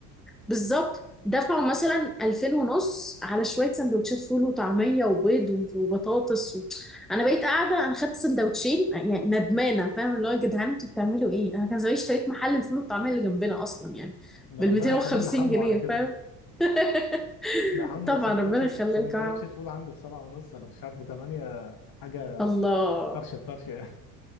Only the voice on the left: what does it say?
ده
ربنا
يخلينا حمو
على كده
<laughs>
ده حمو
سندوتش
سندوتش
الفول عنده بسبعة ونص ولا مش عارف بثمانية حاجة
طرش الطرش يعني